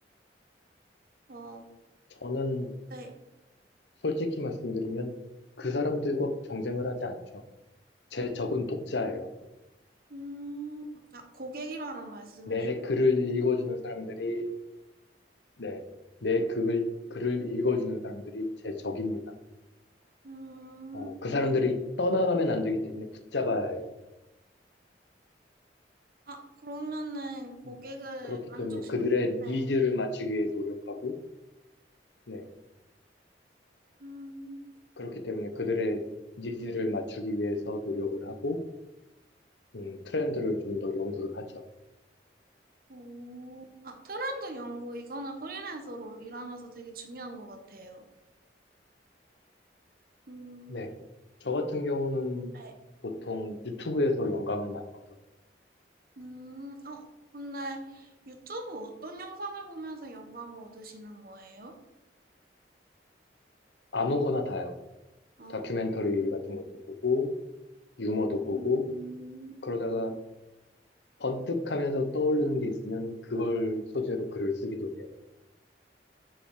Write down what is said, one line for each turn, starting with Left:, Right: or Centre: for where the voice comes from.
Right: 어,
Left: 저는
Right: 네.
Left: 솔직히 말씀드리면 그 사람들과 경쟁을 하지 않죠. 제 적은 독자예요.
Right: 음, 아, 고객이라는 말씀이신데,
Left: 내 글을 읽어주는 사람들이, 네, 내 글을, 글을 읽어주는 사람들이 제 적입니다.
Right: 음,
Left: 어, 그 사람들이 떠나가면 안 되기 때문에 붙잡아야 해요.
Right: 아, 그러면은 고객을
Left: 음, 그렇기 때문에
Right: 만족시키,
Left: 그들의 니즈를
Right: 네.
Left: 맞추기 위해 노력하고, 네,
Right: 음,
Left: 그렇기 때문에 그들의 니즈를 맞추기 위해서 노력을 하고, 음, 트렌드를 좀 더 연구를 하죠.
Right: 오, 아, 트렌드 연구, 이거는 프리랜서로 일하면서 되게 중요한 것 같아요. 음,
Left: 네. 저 같은 경우는
Right: 네.
Left: 보통 유튜브에서 영감을 많이 얻어요.
Right: 음, 어, 근데 유튜브 어떤 영상을 보면서 영감을 얻으시는 거예요?
Left: 아무거나 다요.
Right: 아,
Left: 다큐멘터리 같은 것도 보고, 유머도 보고,
Right: 음, 음,
Left: 그러다가 번뜩 하면서 떠오르는 게 있으면 그걸 소재로 글을 쓰기도 해요.